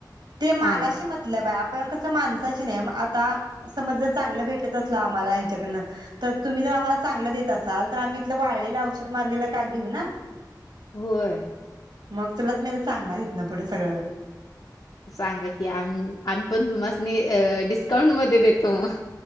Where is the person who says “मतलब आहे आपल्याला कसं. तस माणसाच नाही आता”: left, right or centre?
Right